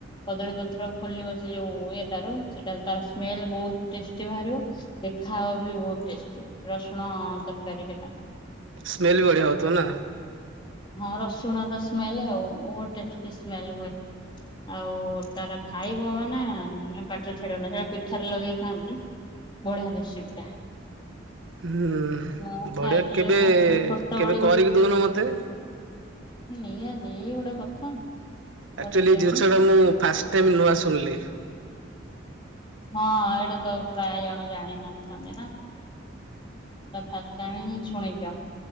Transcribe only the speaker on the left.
କଦଳୀ ପତ୍ର ଖୋଲିବ ସେ ଯୋଉ ଇଟାରୁ ସେଟା ତାର ସ୍ମେଲ୍ ବୋହୁତ୍ ଟେଷ୍ଟି ଭାରିବ। ଦେଖାହବ ବି ବହୁତ ଟେଷ୍ଟି ରସୁଣ ତରକାରୀ ହେଟା।
ହଁ ରସୁଣର ସ୍ମେଲ୍ ଆଉ ଓ ଟେଷ୍ଟି ସ୍ମେଲ୍ ହୁଏ। ଆଉ ତାର ଖାଇବ ମାନେ ଏ ପାଟିରୁ ଛାଡ଼ିବନେଇ ସେଟା ପିଠାରେ ଲଗେଇ ଖାଆନ୍ତି। ବଢ଼ିଆ ରେଶିପ୍ ଟା।
ମୁଁ
ଖାଇନି
ଯେ ମୁଁ ଛୋଟ
ବେଳରୁ
ନିହାତି ଏ ଗୋଟେ କଥା? କରିକି
ଦେଉନୁ
ହଁ ଏଇଟା ତ ପ୍ରାୟ ଜଣ ଜାଣିିନଥାନ୍ତି ନାଁ। ତ ଫାର୍ଷ୍ଟ୍ ଟାଇମ୍ ହିଁ ଶୁଣିଚ।